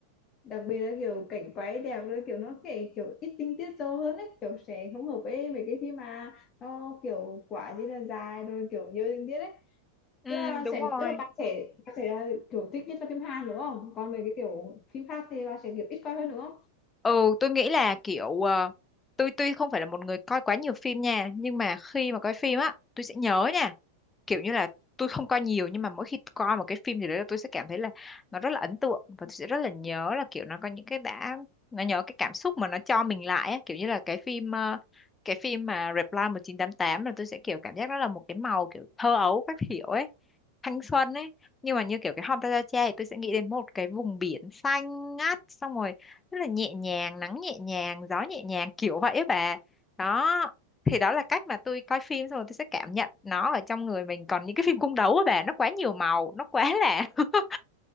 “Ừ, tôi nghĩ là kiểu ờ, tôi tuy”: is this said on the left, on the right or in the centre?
Left